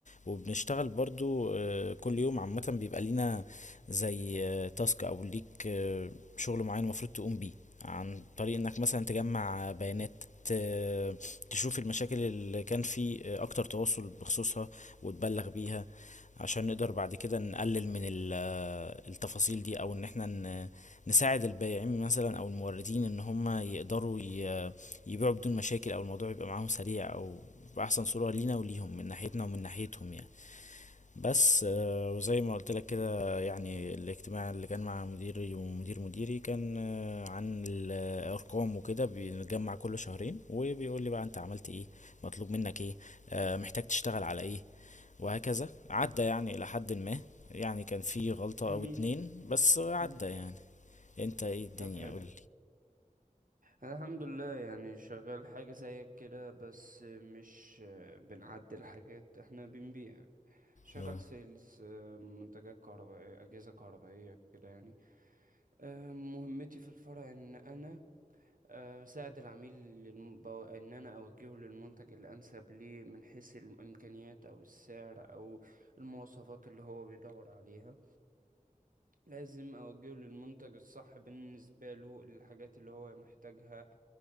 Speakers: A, on the left; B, on the right.
A: وبنشتغل برضو آه، كل يوم عامة بيبقى لينا زي آه، تاسك أو ليك آه، شغل معين المفروض تقوم بيه عن طريق انك مثلا تجمع بيانات ت- تشوف المشاكل اللي كان في آه، اكتر تواصل بخصوصها وتبلغ بيها عشان نقدر بعد كده نقلل من ال- التفاصيل دي او ان احنا ن- نساعد البائعين مثلا او الموردين ان هم يقدروا ي- يبيعوا بدون مشاكل او الموضوع يبقى معاهم سريع او بأحسن صورة لينا وليهم من ناحيتنا ومن ناحيتهم يعني بس آه، وزي ما قلت لك كده يعني الاجتماع اللي كان مع مديري ومدير مديري كان آه، عن الأرقام وكده بنتجمع كل شهرين وبيقول لي بقى انت عملت ايه مطلوب منك ايه آه، محتاج تشتغل على ايه وهكذا عدى يعني إلى حد ما يعني كان في غلطة
B: جميل
A: أو اتنين بس عدى
B: مم.
A: يعني انت ايه الدنيا
B: طب حلو
A: قولي
B: أنا الحمد لله يعني شغال حاجة زيك كده بس مش آه، بنعدل حاجات احنا بنبيع شغال
A: اه
B: سيلز آه، منتجات كهربائية أجهزة كهربائية كده يعني آه، مهمتي في الفرع ان انا آه، بساعد العميل للم- بو- ان انا اوجهه للمنتج الانسب ليه من حيث الامكانيات او السعر او المواصفات اللي هو بيدور عليها لازم أوجهه للمنتج الصح بالنسبة له للحاجات اللي هو محتاجها